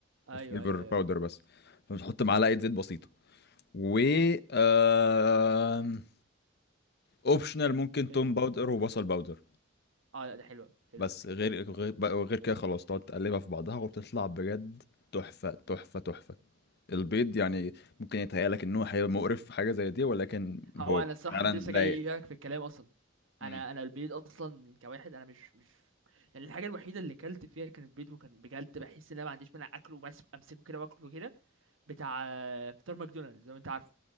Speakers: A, on the right (about 70°); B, on the left (about 55°).
A: ايوه
B: فليفر
A: ايوه ايوه
B: باودر بس فبتحط معلقه زيت بسيطه و آم، اوبشنال ممكن
A: ايه
B: توم باودر وبصل باودر
A: اه لا ده حلو أوي، حلو
B: بس
A: قوي
B: غير غير بقى- غير كده خلاص تقعد تقلبها في بعضها وبتطلع بجد تحفه تحفه تحفه البيض يعني ممكن يتهيألك ان هو هيبقى مقرف في حاجه زي دي ولكن
A: هو
B: هو
A: انا الصراحه
B: فعلا
A: كنت لسه
B: لايق
A: جاي لك في الكلام اصلا
B: مم.
A: انا انا البيض اصلا كواحد انا مش مش يعني الحاجه الوحيده اللي اكلت فيها كانت بيض وكان بجد بحس ان انا ما عنديش مانع اكله بس امسكه كده واكله كده بتاع آه، فطار ماكدونالدز لو انت عارفه